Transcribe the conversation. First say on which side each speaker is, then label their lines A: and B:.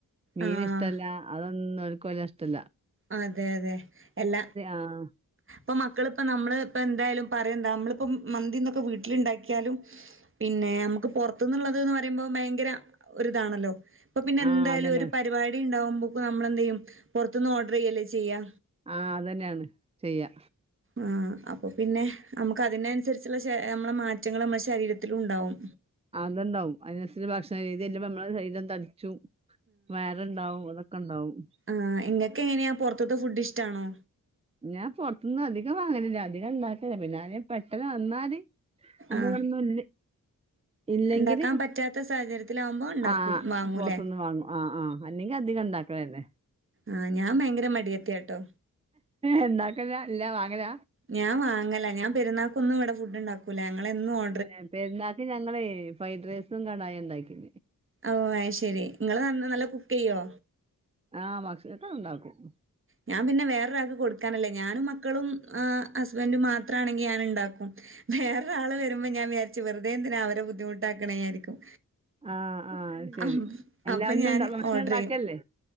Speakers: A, on the right; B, on the right.
A: മീൻ
B: ആഹ്
A: ഇഷ്ടല്ല അതൊന്നും ഓല്ക് ഇഷ്ടല
B: അതെ അതെ എല്ലാ
A: ആഹ്
B: ഇപ്പൊ മക്കളിപ്പ നമ്മള് ഇപ്പ എന്തായാലും പറയ എന്താ നമ്മളിപ്പ മന്തിന്നൊക്കെ വീട്ടിലുണ്ടാക്കിയാലും പിന്നെ നമ്മുക്ക് പുറത്തുന്നുള്ളത് എന്ന് പറയുമ്പോ ഭയങ്കര ഒരിതാണല്ലോ അപ്പൊ പിന്നെ എന്തായാലും
A: ആഹ് അതന്നെ
B: ഒരു പരിപാടി ഉണ്ടാവകുമ്പോക്ക നമ്മള എന്തയ്യും പുറത്തുനിന്ന് ഓർഡർ ചെയ്യല്ലേ ചെയ്യാ
A: ആഹ് അതന്നെയാണ് ചെയ്യാ
B: ആ അപ്പൊ പിന്നെ നമ്മുക്ക് അതിനനുസരിച്ചുള്ള നമ്മളെ മാറ്റങ്ങൾ നമ്മുടെ ശരീരത്തില ഉണ്ടാവും
A: അതുണ്ടാവും അതിനത്തി ഭക്ഷണ രീതില്ലപ്പ നമ്മളെ സാരിരം തടിച്ചു വേറെ ഇണ്ടാവും അതൊക്കെ ഇണ്ടാവും
B: ആ ഇങ്ങക്കെ എങ്ങനെയാ പുറത്തത്തെ ഫുഡ് ഇഷ്ടണോ
A: ഞാൻ പുറത്തന്നും അധികം വാങ്ങല്ല അധികം ഇണ്ടാക്കല പിന്നെ ആരേലും പെട്ടെനെ വന്നാല് അമ്മളോന്നുല്ലേ
B: ആഹ്
A: ഇല്ലെങ്കില്
B: ഇണ്ടാക്കാൻ പറ്റാത്ത സാഹചര്യത്തിലാവുമ്പോ ഇണ്ടാക്കൂ
A: ആ
B: വാങ്ങൂലേ
A: പൊർത്ത്ന്ന് വാങ്ങും ആ ആ അല്ലെങ്കി അധിക ഇണ്ടാ ക്കലന്നെ
B: ആ ഞാൻ ഭയങ്കര മടിയത്തിയ ട്ടോ
A: ഇണ്ടാക്കല ല്ല വാങ്ങല
B: ഞാൻ വാങ്ങല ഞാൻ പെരുന്നാക്കൊന്നും ഇവടെ ഫുഡ്ണ്ടാ ക്കൂല ഞങ്ങളെന്നു ഓ
A: ഏ പെര്ന്നാക്ക് ഞങ്ങളെ ഫ്രൈഡ്രൈസും കടായ ഇണ്ടാക്കി
B: ഔ അയി ശരി ഇങ്ങള് ന നല്ല കുക്ക് ചെയ്യോ
A: ആ ഭക്ഷണോക്കെ ഇണ്ടാക്കും
B: ഞാൻ പിന്നെ വേറൊ ഒരാക്ക് കൊട്ക്കാനല്ലേ ഞാനും മക്കളും ആ ഹസ്ബെന്റും മാത്രാണെങ്കി ഞാന് ഇണ്ടാക്കും വേറൊരാള് വരുമ്പം ഞാൻ വിചാരിച്ചു വെർതെ എന്തിന അവരെ ബുദ്ധിമുട്ടാക്ക്ണെ വിയായിരിക്കും
A: ആഹ് ആഹ് ശരി
B: അഹ്
A: അല്ല
B: അപ്പ
A: ഒന്നും
B: ഞാന്
A: ഭക്ഷണം
B: ഓഡ്രയ്യും
A: ഉണ്ടാക്കല്ലേ